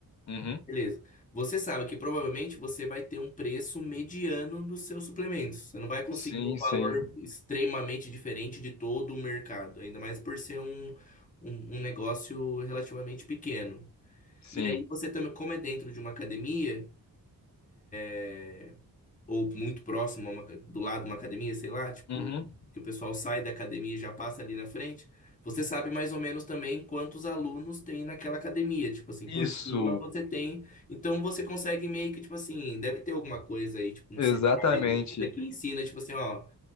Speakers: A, on the left (about 45°); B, on the left (about 20°).
A: Uhum.
B: Beleza. Você sabe que provavelmente você vai ter um preço mediano dos seus suplementos. Você não vai conseguir
A: Sim,
B: um valor
A: sim.
B: extremamente diferente de todo o mercado, ainda mais por ser um, um, um negócio relativamente pequeno.
A: Sim.
B: E aí você também, como é dentro de uma academia, é, ou muito próximo, a uma aca- do lado de uma academia, sei lá, tipo,
A: Uhum.
B: que o pessoal sai da academia e já passa ali na frente, você sabe mais ou menos também quantos alunos tem naquela academia, tipo assim, por
A: Isso.
B: cima você tem, então você consegue meio que, tipo assim, deve ter alguma coisa aí, tipo um
A: Exatamente.
B: CPI da vida que ensina, tipo assim, ó,